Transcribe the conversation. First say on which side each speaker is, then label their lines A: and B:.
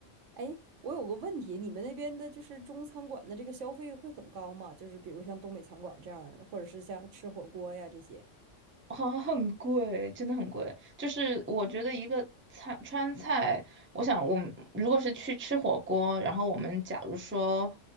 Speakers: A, on the right; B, on the right.
A: 哎，我有个问题，你们那边的就是中餐馆的这个消费会很高吗？就是比如像东北餐馆这样儿的，或者是像吃火锅呀这些。
B: 好像很贵，真的很贵。就是我觉得一个菜川菜，
A: 嗯，
B: 我想我们如果是去吃火锅，然后我们假如说